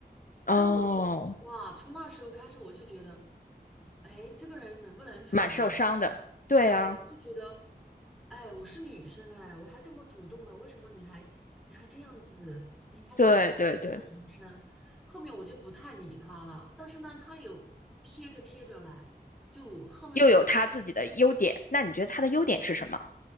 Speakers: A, on the left; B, in the centre.
A: 哦，
B: 然后我就哇，从那时候开始我就觉得，哎，这个人能不能处的啦？
A: 蛮受伤的，对啊，
B: 对，我就觉得，哎，我是女生，哎，我还这么主动呢，为什么你还你还这样子？你还是是个男生，
A: 对对对。
B: 后面我就不太理他了。但是呢，他有贴着贴着来，就后面就
A: 又有他自己的优点，那你觉得他的优点是什么？